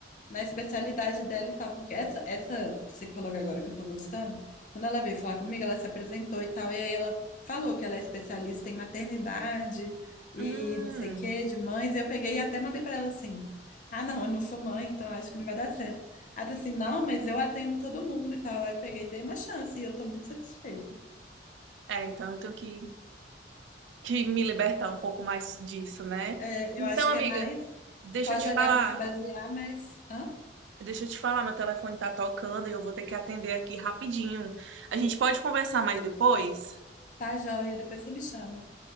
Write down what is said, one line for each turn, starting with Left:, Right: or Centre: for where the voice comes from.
Left: na especialidade dela e tal, porque essa, essa psicóloga agora que eu tô gostando, quando ela veio falar comigo, ela se apresentou e tal, e aí ela falou que ela é especialista em maternidade e
Right: hum,
Left: não sei o que, de mães, e eu peguei e até mandei pra ela assim, ah, não, eu não sou mãe, então acho que não vai dar certo. Ela disse assim, não, mas eu atendo todo mundo e tal, aí eu peguei e dei uma chance e eu tô muito satisfeita.
Right: é, então eu tenho que, que me libertar um pouco mais disso, né?
Left: É,
Right: Então,
Left: eu acho que
Right: amiga,
Left: é mais,
Right: Deixa
Left: pode
Right: eu te
Left: olhar
Right: falar,
Left: pra se basear, mas, hã?
Right: deixa eu te falar, meu telefone tá tocando e eu vou ter que atender aqui rapidinho. A gente pode conversar mais depois?
Left: Tá joia, depois você me chama.